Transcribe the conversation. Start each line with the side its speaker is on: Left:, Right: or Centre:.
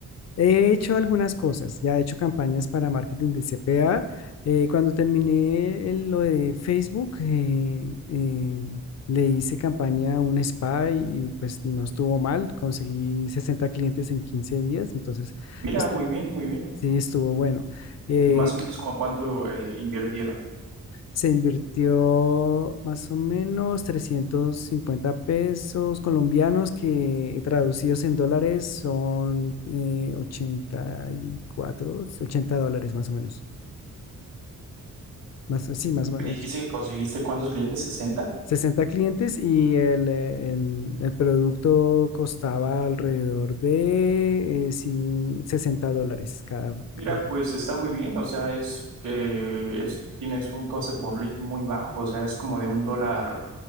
Left: He hecho algunas cosas. Ya he hecho campañas para marketing de C CPA. Eh, cuando terminé el- lo de Facebook, eh, eh, le hice campaña a un spa y, y, pues no estuvo mal. Conseguí 60 clientes en 15 días. Entonces,
Right: Mira,
Left: est-
Right: muy bien, muy bien.
Left: sí, estuvo bueno. Eh,
Right: Y más o menos como cuánto eh, invirtieron.
Left: Se invirtió más o menos 350 pesos colombianos que traducidos en dólares son eh, 84 80 dólares más o menos. Más, sí, más
Right: Y
Left: o menos.
Right: Me dijiste
Left: och-
Right: que conseguiste cuántos clientes, sesenta
Left: 60 clientes y el, eh, el- el producto costaba alrededor de eh, cin- 60 dólares cada,
Right: Mira,
Left: cada-
Right: pues está muy bien, o sea, es que es- tienes un coste por lead muy bajo, o sea, es como de un dólar,